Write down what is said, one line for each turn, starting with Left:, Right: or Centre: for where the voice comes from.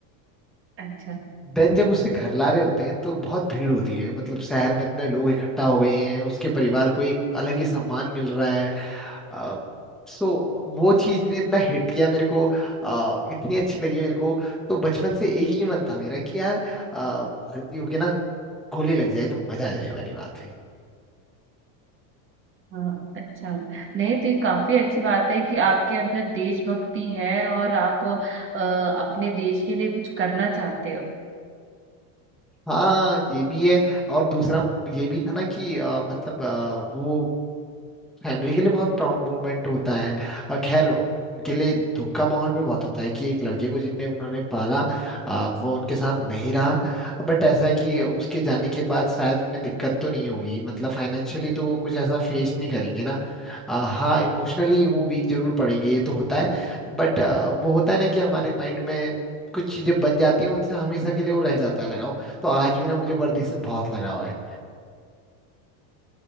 Right: अच्छा
Centre: देन जब उसे घर ला रहे होते हैं तो बहुत भीड़ होती है मतलब शहर में इतने लोग इकट्ठा हो गए हैं उसके परिवार को एक अलग ही सम्मान मिल रहा है अ, सो वो चीज ने इतना हिट किया मेरे को अ, इतनी अच्छी लगी मेरे को तो बचपन से एक ही मन था मेरा कि यार अ, भर्ती होके ना गोली लग जाए तो मजा आ जाए वाली बात हुई
Right: हाँ अच्छा नहीं तो ये काफी अच्छी बात है कि आपके अंदर देशभक्ति है और आप अ, अपने देश के लिए कुछ करना चाहते हो
Centre: हाँ ये भी है और दूसरा ये भी था ना कि अ, मतलब अ, वो फैमिली के लिए बहुत प्राउड मोमेंट होता है और खैर उनके लिए दुख का माहौल भी बहुत होता है कि एक लड़के को जिनने उन्होंने पाला आ, वो उनके साथ नहीं रहा बट ऐसा है कि उसके जाने के बाद शायद उन्हें दिक्कत तो नहीं होगी मतलब फाइनेंशियली तो वो कुछ ऐसा फेस नहीं करेंगे ना आ, हाँ इमोशनली वो वीक जरूर पड़ेंगे ये तो होता है बट वो होता है ना कि हमारे माइंड में कुछ चीजें बन जाती हैं उनसे हमेशा के लिए वो रह जाता है लगाव तो आज भी ना मुझे वर्दी से बहुत लगाव है